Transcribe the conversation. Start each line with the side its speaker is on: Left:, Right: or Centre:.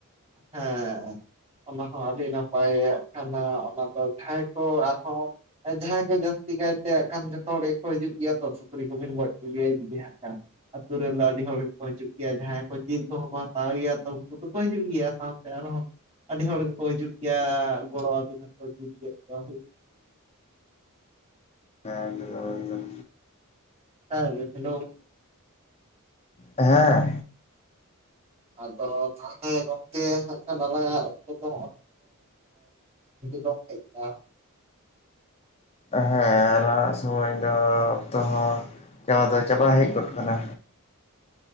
Right: ᱦᱮᱸ ᱾ ᱚᱱᱟ ᱦᱚᱸ ᱟᱹᱰᱤ ᱱᱟᱯᱟᱭᱟᱜ ᱠᱟᱱᱟ ᱚᱱᱟ ᱫᱚ ᱴᱷᱟᱭ ᱠᱚ ᱟᱨᱦᱚᱸ ᱡᱟᱦᱟᱸᱭ ᱠᱚ ᱡᱟᱹᱥᱛᱤ ᱠᱟᱭᱛᱮ ᱟᱜ ᱠᱷᱟᱱ ᱡᱚᱛᱚ ᱦᱚᱲ ᱜᱮᱠᱚ ᱦᱤᱡᱩᱜ ᱜᱮᱭᱟ ᱛᱚ ᱥᱩᱠᱨᱤ ᱠᱚᱵᱤᱱ ᱜᱚᱡ ᱠᱚ ᱜᱮᱭᱟ ᱡᱩᱫᱤ ᱦᱟᱸᱜ ᱟᱪᱪᱷᱟ, ᱟᱛᱳ ᱨᱮᱱ ᱫᱚ ᱟᱹᱰᱤ ᱦᱚᱲ ᱜᱮᱠᱚ ᱦᱤᱡᱩᱜ ᱜᱮᱭᱟ ᱡᱟᱦᱟᱸᱭ ᱠᱚ ᱡᱤᱞ ᱠᱚᱦᱚᱸ ᱠᱚ ᱦᱟᱛᱟᱣ ᱜᱮᱭᱟ ᱛᱚ ᱩᱱᱠᱩ ᱫᱚᱠᱚ ᱦᱤᱡᱩᱜ ᱜᱮᱭᱟ᱾ ᱥᱟᱶᱛᱮ ᱟᱨᱦᱚᱸ ᱟᱹᱰᱤ ᱦᱚᱲ ᱜᱮᱠᱚ ᱦᱤᱡᱩᱜ ᱜᱮᱭᱟ ᱜᱚᱲᱚᱣ ᱟᱵᱤᱱᱟ ᱠᱚ ᱡᱤᱞ ᱜᱮᱫ ᱠᱚ
Left: ᱮᱠᱫᱚᱢ ᱮᱠᱫᱚᱢ,
Right: ᱡᱚᱦᱟᱨ ᱜᱮ ᱦᱮᱞᱳ ᱾
Left: ᱦᱮᱸ ᱾
Right: ᱟᱫᱚ ᱛᱟᱦᱚᱞᱮ ᱜᱚᱝᱠᱮ ᱦᱟᱸᱜ ᱠᱷᱟᱱ ᱟᱞᱟᱝ ᱟᱜ ᱚᱠᱛᱚ ᱫᱚ ᱱᱚᱜᱼᱚᱭ <unintelligible>
Left: ᱦᱮᱸ ᱟᱞᱟᱝ ᱟᱜ ᱥᱩᱢᱚᱭ ᱫᱚ ᱚᱠᱛᱚ ᱦᱚᱸ ᱪᱟᱵᱟ ᱫᱚ ᱪᱟᱵᱟ ᱦᱮᱡ ᱜᱚᱫ ᱟᱠᱟᱱᱟ᱾